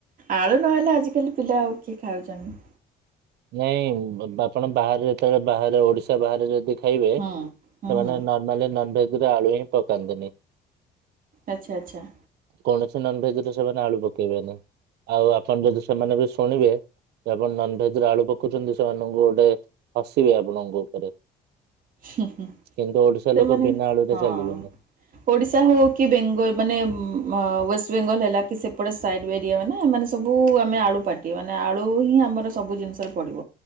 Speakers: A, on the right; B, on the right.
A: ଆଳୁ ନହେଲେ ଆଜିକାଲି ପିଲା ଆଉ କିଏ ଖାଉଚନ୍ତି?
B: ନାଇଁ ବ ଆପଣ ବାହାରେ ଯେତଳେ ବାହାରେ ଓଡ଼ିଶା ବାହାରେ ଯଦି ଖାଇବେ ସେମାନେ
A: ହୁଁ ହୁଁ ହୁଁ
B: ନ ମାନେ ନନଭେଜ୍ ରେ ଆଳୁ ହିଁ ପକାନ୍ତିିନି।
A: ଆଚ୍ଛା ଆଚ୍ଛା।
B: କୌଣସି ନନଭେଜ୍ ରେ ସେମାନେ ଆଳୁ ପକେଇବେନେଇ। ଆଉ ଆପଣ ଯଦି ସେମାନେ ବି ଶୁଣିବେ ଯେ ଆପଣ ନନଭେ ଧରେ ଆଳୁ ପକଉଚନ୍ତି ସେମାନଙ୍କୁ ଗୋଟେ ହସିବେ ଆପଣଙ୍କ ଉପରେ।
A: ହୁଁ ହୁଁ
B: କିନ୍ତୁ ଓଡ଼ିଶା
A: ସେମାନେ
B: ଲୋକ ବିନା ଆଳୁରେ
A: ହଁ
B: ଚାଲିବେନି।
A: ଓଡ଼ିଶା ହଉ କି ବେଙ୍ଗ ମାନେ ମ ୱେଷ୍ଟବେେଙ୍ଗଲ୍ ହେଲା କି ସେପଟେ ସାଇଡ଼୍ ବେରିଆ ମାନେ ମାନେ ସବୁ ଆମେ ଆଳୁ ପାଟି ମାନେ ଆଳୁ ହିଁ ଆମର ସବୁ ଜିନିଷରେ ପଡ଼ିବ।